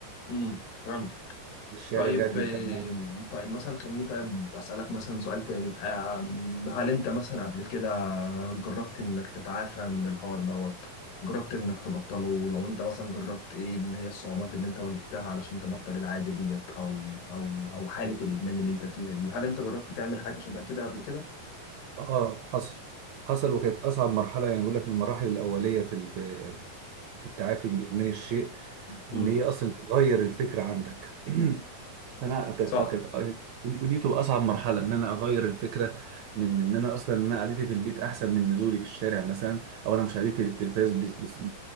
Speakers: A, on the left; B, on the right.
A: امم فهمت
B: من الشارع
A: طيب
B: زهقت
A: آه،
B: من التعامل
A: طيب مثلا خليني طيب أسألك مثلا سؤال تاني آه، هل أنت مثلا قبل كده جربت إنك تتعافى من الحوار دوت جربت إنك تبطله لو أنت مثلا جربت إيه اللي هي الصعوبات اللي أنت واجهتها علشان تبطل العادة ديت أو أو أو حالة الإدمان اللي أنت فيها دي هل أنت جربت تعمل حاجة شبه كده قبل كده؟
B: اه حصل حصل وكانت اصعب مرحله يعني بيقول لك من المراحل الاوليه في ال- في في التعافي من ادمان الشيء
A: مم.
B: اللي هي اصلا تغير الفكره عندك <clears throat> فانا أكد
A: صح
B: أكد أكد ودي ودي بتبقى اصعب مرحله ان انا اغير الفكره من ان انا اصلا ان انا قعدتي في البيت احسن من نزولي في الشارع مثلا او انا مشاهدتي للتلفاز بس بس